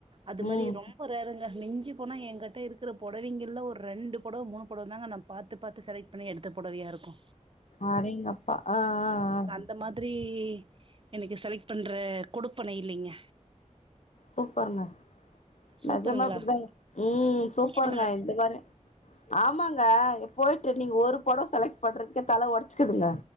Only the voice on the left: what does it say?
ம்
அடேங்கப்பா ஆ ஆ ஆ
சூப்பருங்க
நெஜமா இப்படிதாங் ம் சூப்பருங்க
இந்த மாரி ஆமாங்க போயிட்டு நீங்க ஒரு பொடவ செலக்ட் பண்றதுக்கே தல ஒடச்சுக்குதுங்க